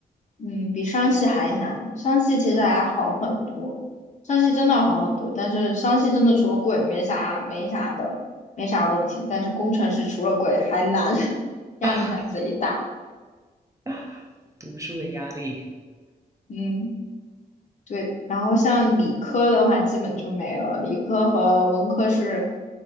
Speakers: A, on the left (about 45°); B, on the right (about 20°).
A: 嗯，比商系还难。商系其实还好很多，
B: <laughs>
A: 商系真的好很多，但是商系真的除了贵没啥没啥的，没啥问题。但是工程是除了贵还难，<laughs> 压力还贼大。
B: 啊。<laughs> 读书的压力，
A: 嗯，对。然后像理科的话，基本就没了，理科和文科是